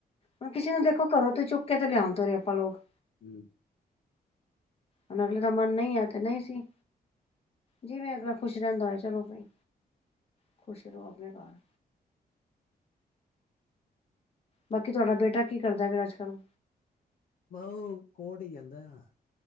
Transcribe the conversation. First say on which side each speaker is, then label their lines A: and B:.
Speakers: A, on the left; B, on the left.
A: ਹੁਣ ਕਿਸੇ ਨੂੰ ਦੇਖੋ ਕਰੋ ਤੂੰ ਚੁੱਕ ਕੇ ਤੇ ਲਿਆਦਾ, ਆਪਾਂ ਲੋਕ
B: ਹੂੰ,
A: ਹੁਣ ਅਗਲੇ ਦਾ ਮਨ ਨਹੀਂ, ਆ ਤੇ ਨਹੀਂ ਸੀ। ਜਿਵੇਂ ਅਗਲਾ ਖੁਸ਼ ਰਹਿੰਦਾ ਹੋਆ ਚਲੋ ਬ ਖੁਸ਼ ਰਹੋ ਆਪਣੇ ਘਰ। ਬਾਕੀ ਤੁਹਾਡਾ ਬੇਟਾ ਕੀ ਕਰਦਾ ਫਿਰ ਅੱਜ ਕੱਲ੍ਹ?
B: ਮ ਉਹ ਕੋਰਟ ਹੀ ਜਾਂਦਾ ਆ।